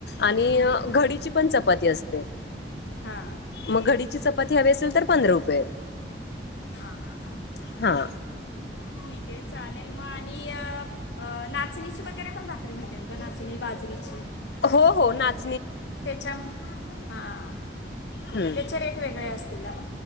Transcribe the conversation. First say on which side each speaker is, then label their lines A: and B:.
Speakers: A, on the left; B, on the left.
A: आणि
B: हम्म
A: घडीची पण चपाती असते.
B: हा.
A: म घडीची चपाती हवी असेल तर पंधरा रुपये.
B: हा हा हा.
A: हा.
B: <inaudible> ठीक आहे चालेल म आणि अ- अ नाचणीची वगैरे पण भाकरी भेटेल का नाचणी बाजरीची?
A: हो हो नाच
B: त्याच्या हा ठीक
A: हम्म
B: आहे त्याचे रेट वेगळे असतील ना म.